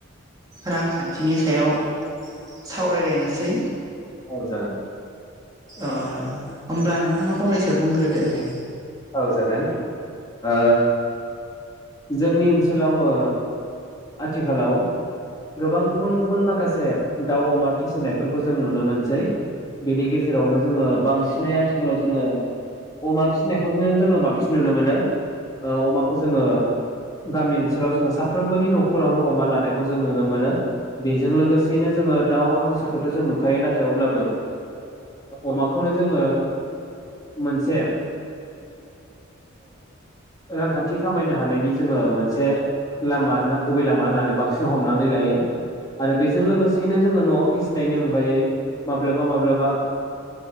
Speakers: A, on the right (about 20°); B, on the left (about 20°).
A: रां खान्थि सायाव सावराइ लाइनोसै
B: औ जागोन।
A: अ होमब्ला नोंथाङा फंनैसो बुंग्रोदो दे।
B: औ जागोन ओ जोंनि ओनसोलाव ओ आथिखालाव गोबां गुबुन गुबुन माखासे दाउ अमा फिसिनायफोरखौ जों नुनो मोनसै। बेनि गेजेरावनो जोङो बांसिनै आथिखालाव जोङो अमा फिसिनायखौनो जोङो बांसिन नुनो मोनो। अमाखौ जोङो गामि ओनसोलाव जोङो साफ्रोमबोनि न'खरावनो अमा लानायखौ जों नुनो मोनो। बेजों लोगोसेनो जोङो दाउ हांसोखौथ' जों नुखायो नाथाय अब्लाबो अमाखौनो जोङो मोनसे रांखान्थि खामायनो हानायनि जोङो मोनसे लामा होनना गुबै लामा होननानै बांसिन हमनानै लायो। आरो बेजों लोगोसेयैनो जोङो न'आव फिसिनायनि अनगायै माब्लाबा माब्लाबा